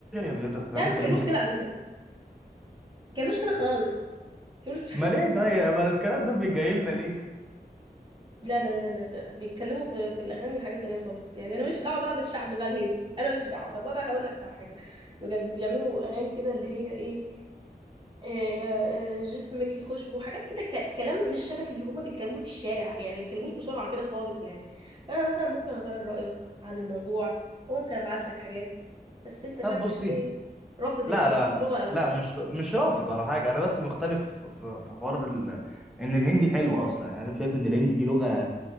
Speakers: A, in the centre; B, on the right (about 30°).
A: بيقعدوا
B: لا ما
A: يتكلموا
B: بيتكلموش
A: كده
B: كده على فكره ما بيتكلموش كده خالص ما بيتكلموش
A: امال ايه طيب امال الكلام ده جاي لنا ليه
B: لا لا لا لا لا بيتكلموا في في الاغاني حاجه تانية خالص يعني انا مش دعوه بقى بالشعب بقى الهندي انا مش دعوه طب انا هقول لك على حاجه بجد بيعملوا اغاني كده اللي هي ايه آه، آه، جسمك يخشبه حاجات كده ك- كلام مش شبه اللي هما بيتكلموا في الشارع يعني ما بيتكلموش بسرعه كده خالص يعني انا مثلا ممكن اغير رايك عن الموضوع وممكن ابعت لك حاجات بس انت شكلك
A: طب بصي
B: ايه رافض
A: لا لا
B: اللغه
A: لا
B: قوي
A: لا مش مش رافض ولا حاجه انا بس مختلف في في حوار ال... ان الهندي حلوه اصلا يعني انا شايف ان الهندي دي لغه